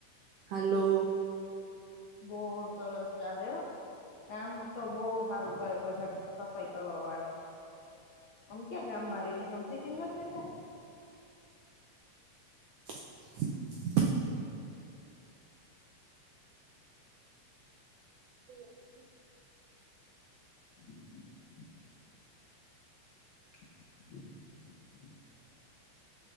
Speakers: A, on the right; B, on the left.
A: હલો
B: બો સરસ ચાલે હા કામ તો બઉ સારું કરે બધા સફાઈ કરવા વાળા આમ ક્યાં ગામ માં રવી છેમ સિટી માં નથી રેતા.
A: <inaudible> હ બ
B: <inaudible> <inaudible>